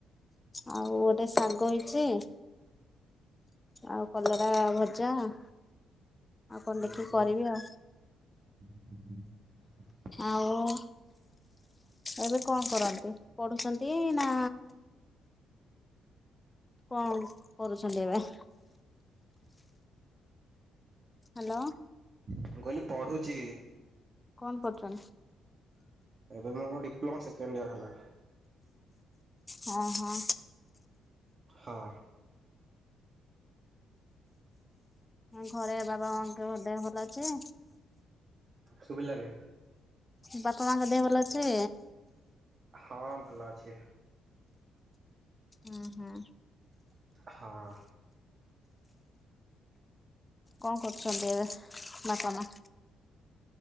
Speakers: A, on the left (about 15°); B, on the right (about 45°).
A: ଆଉ ଗୋଟେ ଶାଗ ହେଇଛି ଆଉ କଲରା ଭଜା। ଆଉ କଣ
B: ହୁଁ
A: ଦେଖିକି
B: ହୁଁ
A: କରିବି ଆଉ।
B: <inaudible>
A: ଆଉ? ଏବେ କଣ କରନ୍ତି ପଢୁଛନ୍ତି ନା? କଣ କରୁଛନ୍ତି ଏବେ? ହାଲୋ।
B: ମୁଁ କହିଲି ପଢ଼ୁଛି।
A: କଣ ପଢୁଛନ୍ତି।
B: ଏବେ ମୋର ଡିପ୍ଲୋମା ସେକେଣ୍ଡ ଇୟର ହେଲା।
A: ହଁ ହଁ।
B: ହଁ।
A: ଘରେ ବାବା ମାଙ୍କ ଦେହ ଭଲ ଅଛି?
B: ଶୁଭିଲାନି।
A: ବାପା ମାଙ୍କ ଦେହ ଭଲ ଅଛି?
B: ହଁ ଭଲ ଅଛି।
A: ହୁଁ ହୁଁ।
B: ହଁ।
A: ଙ୍କ କରୁଛନ୍ତି ଏବେ ବାପା ମା?